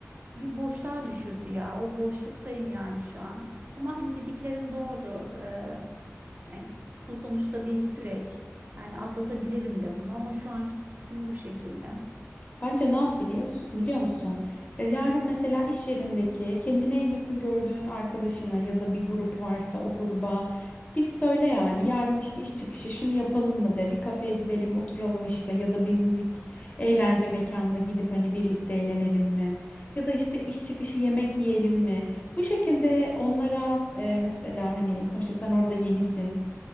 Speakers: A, on the right (about 40°); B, on the left (about 30°).
A: bir boşluğa düşürdü ya. O boşluktayım yani şu an. Ama hani dediklerin doğru. Ee, yani bu sonuçta bir süreç. Yani atlatabilirim de bunu ama şu anki hissim bu şekilde.
B: Bence ne yap biliyorsun, biliyor musun? E, yarın mesela iş yerindeki kendine en yakın gördüğün arkadaşına ya da bir grup varsa o gruba git söyle yani. Yarın işte iş çıkışı şunu yapalım mı de bir kafeye gidelim oturalım işte ya da bir müzik eğlence mekanına gidip hani birlikte eğlenelim mi? Ya da işte iş çıkışı yemek yiyelim mi? Bu şekilde onlara e, mesela hani sonuçta sen orada yenisin.